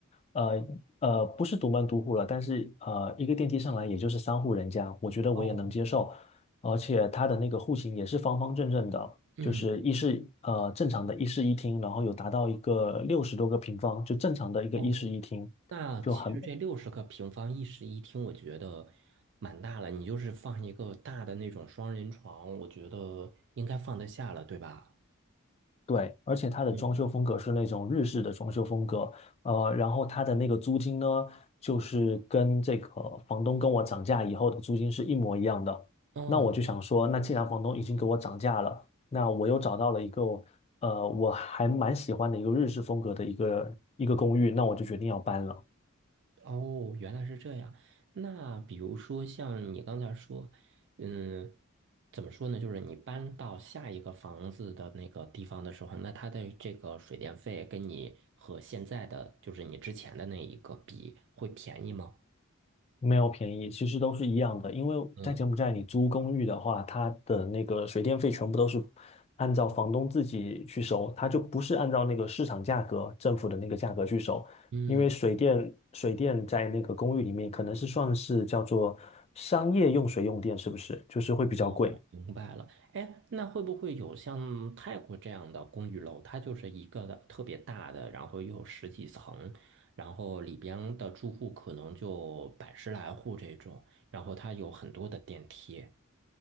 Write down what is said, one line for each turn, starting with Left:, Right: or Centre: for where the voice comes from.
Left: 呃呃不是独门独户了，但是呃一个电梯上来也就是三户人家，我觉得我也能接受，
Right: 哦，
Left: 而且它的那个户型也是方方正正的。
Right: 嗯，
Left: 就是一室呃正常的一室一厅，然后有达到一个六十多个平方，就正常的一个一室一厅，
Right: 哦，那其实这六十个平方一室一厅，
Left: 就很
Right: 我觉得蛮大了。你就是放一个大的那种双人床，我觉得应该放得下了，对吧？
Left: 对，而且它的装修风格是那种日式的装修风格，
Right: 嗯，
Left: 呃，
Right: 哦。
Left: 然后它的那个租金呢，就是跟这个房东跟我涨价以后的租金是一模一样的。
Right: 嗯
Left: 那我就想说，那既然房东已经给我涨价了，那我又找到了一个呃我还蛮喜欢的一个日式风格的一个一个公寓，那我就决定要搬了。
Right: 哦，原来是这样。那比如说像你刚才说，嗯，怎么说呢？就是你搬到下一个房子的那个地方的时候，那它的这个水电费跟你和现在的，就是你之前的那一个比，会便宜吗？
Left: 没有便宜，其实都是一样的。因为在柬埔寨，
Right: 嗯
Left: 你租公寓的话，它的那个水电费全部都是按照房东自己去收，它就不是按照那个市场价格、政府的那个价格去收。
Right: 嗯。
Left: 因为水电水电在那个公寓里面可能是算是叫做商业用水用电，是不是？就是会比较贵。
Right: 哦，明白了。哎，那会不会有像泰国这样的公寓楼？它就是一个的特别大的，然后又有十几层，然后里边的住户可能就百十来户这种，然后它有很多的电梯。